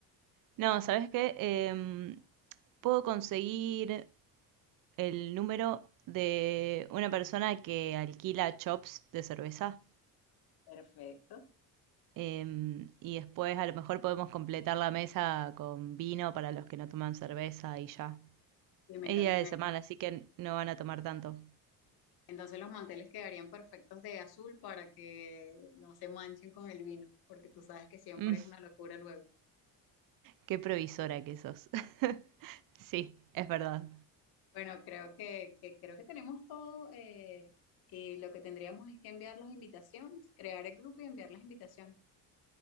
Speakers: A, on the right; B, on the left.
A: no, ¿sabes qué? Em, puedo conseguir el número de una persona que alquila chops de cerveza.
B: Perfecto.
A: em, y después a lo mejor podemos completar la mesa con vino para los que no toman cerveza y ya.
B: Y me
A: Es
B: encanta,
A: día de semana, así que no van a tomar tanto.
B: Entonces los manteles quedarían perfectos de azul para que no se manchen con el vino, porque tú sabes que siempre
A: Mm,
B: es una locura luego.
A: qué provisora que sos. <laughs> Sí, es verdad.
B: Bueno, creo que, que- creo que tenemos todo. eh, y lo que tendríamos es que enviar las invitaciones, crear el grupo y enviar las invitaciones.